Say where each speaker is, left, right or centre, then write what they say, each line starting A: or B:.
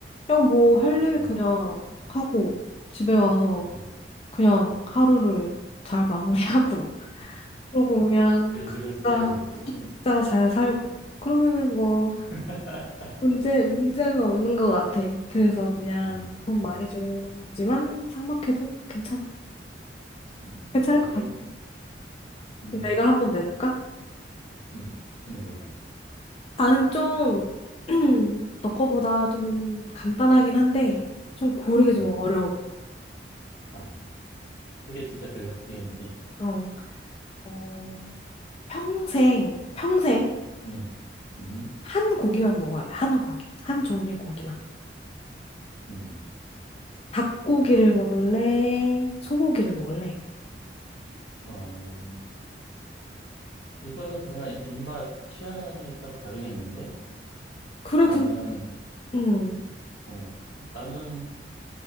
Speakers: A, on the left; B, on the left.
A: 그냥 뭐 할 일
B: 음,
A: 그냥 하고 집에 와서
B: 그래.
A: 그냥 하루를 잘 마무리하고 <laughs> 그러고 그냥
B: 그래,
A: 각자
B: 그런 스타일이야. 그치?
A: 각자 잘 살고 그러면은 뭐
B: <laughs>
A: 문제 문제는 없는 것 같아. 그래서 그냥
B: 음,
A: 돈
B: 음,
A: 많이 주지만 상박해도 괜찮아.
B: 음,
A: 괜찮을
B: 오케이.
A: 것 같아.
B: 음,
A: 내가 한번 내볼까?
B: 음, 한번 내봐.
A: 나는 좀, <clears throat> 너 거보다 좀 간단하긴 한데, 좀 고르기
B: 음,
A: 좀 어려워.
B: 알았어. 그게 진짜 밸런스 게임이지.
A: 어, 어, 평생, 평생
B: 음, 음,
A: 한 고기만 먹어야 돼. 한 고기. 한 종류의 고기만.
B: 음.
A: 닭고기를 먹을래? 소고기를 먹을래?
B: 어, 이거는 그냥 입맛 취향에 따라 다르겠는데?
A: 그래,
B: 나는,
A: 군, 응.
B: 어, 나는